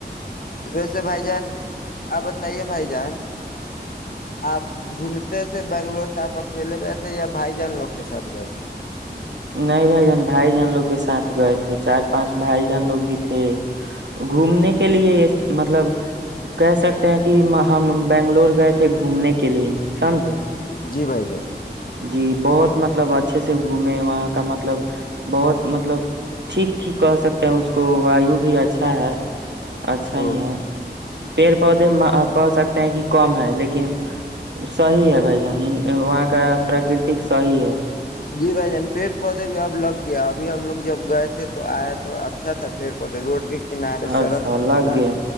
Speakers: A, on the left (about 55°); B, on the right (about 85°).
A: ویسے بھائی جان آپ بتائیے بھائی جان آپ گھومتے تھے بنگلور تو آپ اکیلے گئے تھے یا بھائی جان لوگ کے ساتھ گئے تھے
B: نہیں بھائی جان بھائی جان لوگ کے ساتھ گئے تھے چار پانچ بھائی جان لوگ بھی تھے گھومنے کے لیے مطلب کہہ سکتے ہیں کہ ہم بنگلور گئے تھے گھومنے کے لیے سمجھے
A: جی بھائی جان
B: جی بہت مطلب اچھے سے گھومے وہاں کا مطلب بہت مطلب ٹھیک ہیھ کہ سکتے ہیں اس کو وایو بھی اچھا ہے اچھا
A: او
B: ہی ہے پیڑ پودے کہ سکتے ہیں کہ کم ہے لیکن صحی ہے بھائی جان وہاں کا پراکرتک شاہی ہے
A: جی بھ جان پیڑ پودے بھی اب لگ گیا ابھی ہم لوگ جب گئے تھے تو آیا تو اچھا تھا پیڑ پودے روڈ کے کنار ہے سرک
B: اچھا
A: پ
B: لگ
A: کنار
B: گیا
A: ہے